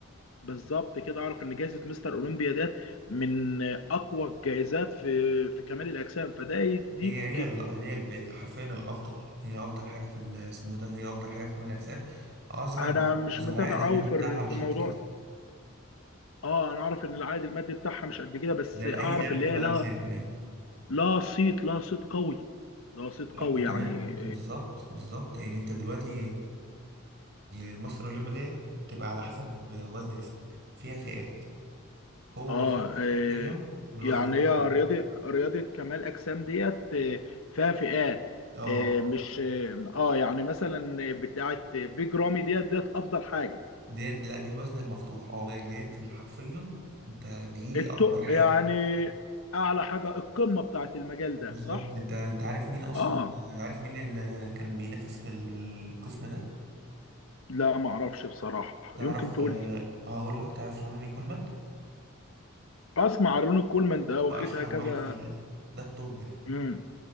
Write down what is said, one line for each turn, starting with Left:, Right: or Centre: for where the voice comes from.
Left: بالظبط كده أعرف إن جايزة مستر أولمبيا ديت من أقوى الجايزات في في كمال الأجسام فده يديك
Right: هي هي ال- هي ال- حرفيا الافضل هي افضل حاجة في ال- اسمه إيه ده هي افضل حاجة في كمال الاجسام عظما
Left: أنا مش
Right: عظما
Left: متابع
Right: العائد المادي
Left: أوي في
Right: بتاعها مش
Left: في موضوع
Right: قد كده
Left: اه انا اعرف ان العائد المادي بتاعها مش قد كده بس
Right: ده لأي
Left: اعرف
Right: لعبة
Left: اللي
Right: كمال
Left: هي لها
Right: اجسام كمان
Left: لا صيت لا صيت قوي لا صيت
Right: لا
Left: قوي
Right: وكمان
Left: يعني
Right: بالظبط بالظبط يعني انت دلوقتي آه، مصر الاولمبي ديت بتبقى على حسب وزن جسمك فيها فئات هو
Left: اه,
Right: واخدها
Left: آه
Right: حرفيا من الوزن
Left: يعني
Right: المفتوح
Left: هي رياضة رياضة كمال أجسام ديت آه، فيها فئات
Right: اه
Left: آه مش اه آه، يعني مثلا بتاعة بيج رامي ديت ديت أفضل حاجة
Right: ديت لا دي الوزن المفتوح اه يعني ديت اللي حرفيا انت دي
Left: التق
Right: اكبر حاجه
Left: يعني أعلى حاجة القمة بتاعة المجال
Right: بالظبط
Left: ده صح؟
Right: انت انت عارف مين اصلا
Left: اه
Right: عارف مين اللي كان بينافس في القسم ده
Left: لا معرفش بصراحة
Right: تعرف
Left: يمكن تقول
Right: آه،
Left: لي
Right: هقول لك تعرف روني كولمان
Left: أسمع عن روني كولمان ده واخدها
Right: ده اشهر
Left: كذا
Right: واحد فيها ده ده التوب ده
Left: مم.